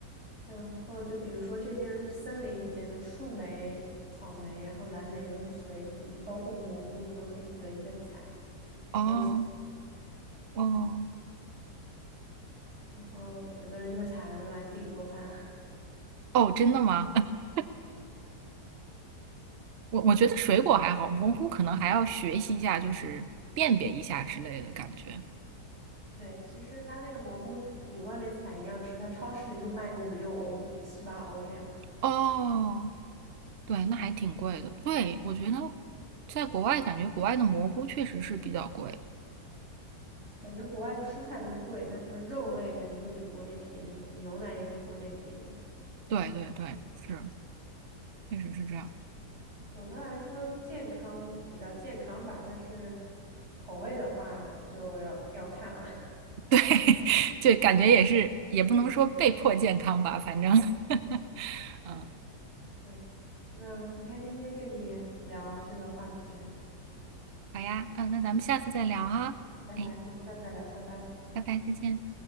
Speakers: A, on the right (about 40°); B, on the right (about 60°).
A: 然后就比如说这边森林里面的树莓、草莓，然后蓝莓都是随意嗯包括蘑菇，你都可以随意的采，它不会限。
B: 哦哦
A: 然后有的人就会采了用来自己做饭。<laughs>
B: 哦，真的吗？<laughs> 我我觉得水果还好，蘑菇可能还要学习一下，就是辨别一下之类的感觉。
A: 对，其实它那个蘑菇你外面采一样吃，它超市里就卖个五六欧、七八欧这样。
B: 哦，对，那还挺贵的。对，我觉得在国外感觉国外的蘑菇确实是比较贵。
A: 感觉国外的蔬菜都贵，但是肉类感觉就比国内便宜，牛奶也比国内便宜。
B: 对对对，是，确实是这样。
A: 总的来说，健康比较健康吧，但是口味的话就要要看了。<laughs>
B: 对，<laughs> 就感觉也是，也不能说被迫健康吧，反正，<laughs> 嗯，
A: 对，那很开心今天跟你聊这个话题。
B: 好呀，嗯，那咱们下次再聊啊，
A: 那好呀，
B: 哎，
A: 那我们下次再聊，拜拜。
B: 拜拜，再见。